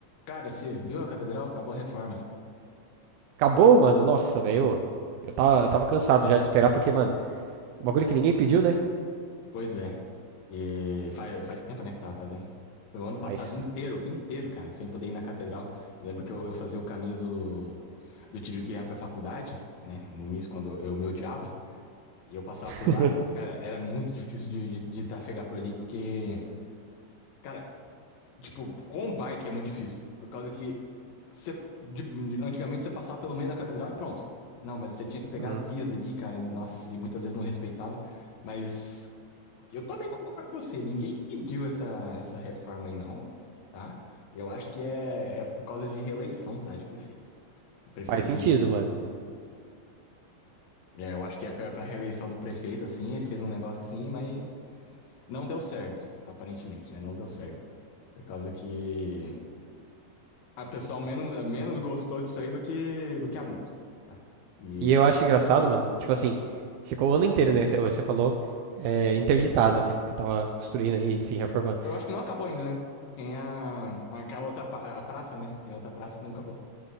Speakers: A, on the left; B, on the right.
A: Cara, você viu a catedral? Acabou a reforma.
B: Acabou, mano. Nossa, velho. Eu tava, eu tava cansado já de esperar, porque, mano, bagulho que ninguém pediu, né?
A: Pois é. E faz, faz tempo, né, que tava fazendo. Foi o ano passado
B: Mas
A: inteiro, inteiro, cara, sem poder ir na catedral. Eu lembro que eu, eu fazia o caminho do, do tiro de guerra pra faculdade, né? No início, quando eu me odiava. E eu passava por
B: <laughs>
A: lá. Cara, era muito difícil de, de, de trafegar por ali, porque... Cara, tipo, com um bike é muito difícil. Por causa que você, de- de- antigamente você passava pelo meio da catedral e pronto. Não, mas você tinha que pegar
B: Uhum.
A: as vias ali, cara. e, Nossa, e muitas vezes não respeitava. Mas... Eu também concordo com você. Ninguém pediu essa, essa reforma aí, não, tá? Eu acho que é, é por causa de reeleição, tá? De prefeito. O prefeito
B: faz sentido,
A: fez isso.
B: mano.
A: É, eu acho que é pra, pra reeleição do prefeito, assim. Ele fez um negócio assim, mas não deu certo, aparentemente, né? Não deu certo. Por causa que a pessoa menos, menos gostou disso aí do que, do que amou, tá? E
B: E eu acho engraçado, mano. Tipo assim, ficou o ano inteiro, né? Você falou é, interditada, né? Porque tava construindo aí, enfim, reformando.
A: eu acho que não acabou ainda, né? Tem a, aquela outra pa- a praça, né? Tem outra praça que não acabou.